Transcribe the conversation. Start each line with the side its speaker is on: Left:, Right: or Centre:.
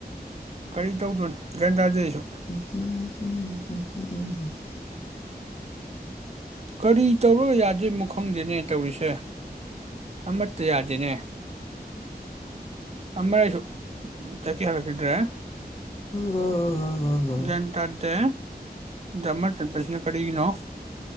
Right: ꯀꯔꯤ ꯇꯧꯗꯣꯏꯅꯣ ꯒ꯭ꯌꯥꯟ ꯇꯥꯗꯦ ꯑꯩꯁꯨ
Left: ꯎꯝ ꯎ ꯎꯝ
Right: ꯀꯔꯤ ꯇꯧꯔꯒ ꯌꯥꯗꯣꯏꯃꯣ ꯈꯪꯗꯦꯅꯦ ꯇꯧꯔꯤꯁꯦ ꯑꯃꯠꯇ ꯌꯥꯗꯦꯅꯦ ꯑꯝꯃꯔꯥꯁꯨ ꯆꯀꯤ <unintelligible>
Left: ꯂꯥ ꯂꯥ ꯂꯥ
Right: ꯒ꯭ꯌꯥꯟ ꯇꯥꯗꯦ ꯗꯃ ꯆꯠꯄꯁꯤꯅ ꯀꯔꯤꯒꯤꯅꯣ